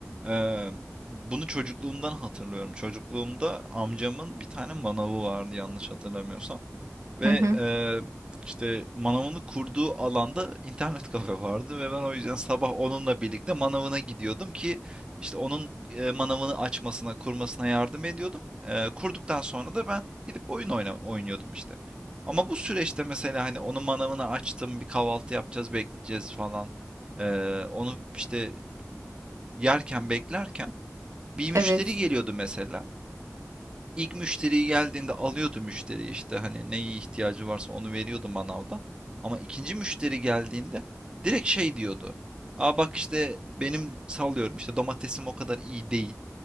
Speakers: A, on the right; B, on the right.
A: Ee, bunu çocukluğumdan hatırlıyorum. Çocukluğumda amcamın bir tane manavı vardı yanlış hatırlamıyorsam. Ve
B: hı. hı.
A: eee, işte manavını kurduğu alanda internet kafe vardı ve ben o yüzden sabah onunla birlikte manavına gidiyordum ki işte onun eee, manavını açmasına, kurmasına yardım ediyordum. Eee, kurduktan sonra da ben gidip oyun oyna, oynuyordum işte. Ama bu süreçte mesela hani onun manavını açtım, bir kahvaltı yapacağız, bekleyeceğiz falan. Eee, onu işte yerken beklerken bir müşteri
B: Evet.
A: geliyordu mesela. İlk müşteri geldiğinde alıyordu müşteri işte hani neye ihtiyacı varsa onu veriyordu manavdan. Ama ikinci müşteri geldiğinde direkt şey diyordu. Aa bak işte benim sallıyorum işte domatesim o kadar iyi değil.